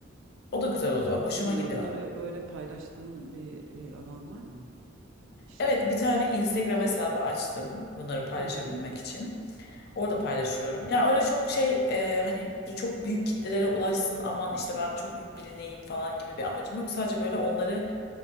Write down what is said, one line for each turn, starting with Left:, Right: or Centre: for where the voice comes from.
Left: O da
Right: Vallahi
Left: güzel oluyor.
Right: güzel tınlıyor.
Left: Hoşuma gidiyor.
Right: Bunları böyle paylaştığın bir e, alan var mı işlerini?
Left: Evet bir tane Instagram hesabı açtım bunları paylaşabilmek
Right: Hı hı.
Left: için. Orada paylaşıyorum. Ya öyle çok şey e, hani çok büyük kitlelere ulaşsın aman işte ben çok bilineyim falan gibi bir amacım yok. Sadece böyle onları